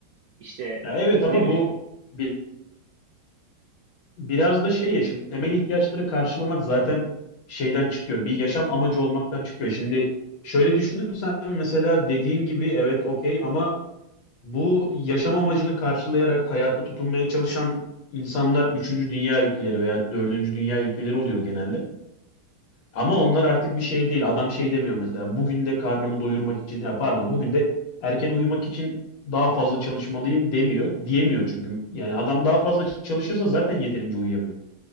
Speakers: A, on the right; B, on the left.
A: işte
B: Ya evet
A: ne
B: ama
A: bileyim.
B: bu bir, biraz da şey ya şimdi temel ihtiyaçları karşılamak zaten şeyden çıkıyor. Bir yaşam amacı olmaktan çıkıyor. Şimdi şöyle düşünürsen mesela dediğin gibi evet okey ama bu yaşam amacını karşılayarak hayata tutunmaya çalışan insanlar üçüncü dünya ülkeleri veya dördüncü dünya ülkeleri oluyor genelde. Ama onlar artık bir şey değil. Adam şey demiyor mesela. Bugün de karnımı doyurmak için ya pardon bugün de erken uyumak için daha fazla çalışmalıyım demiyor. Diyemiyor çünkü. Yani adam daha fazla çalışırsa zaten yeterince uyuyamıyor.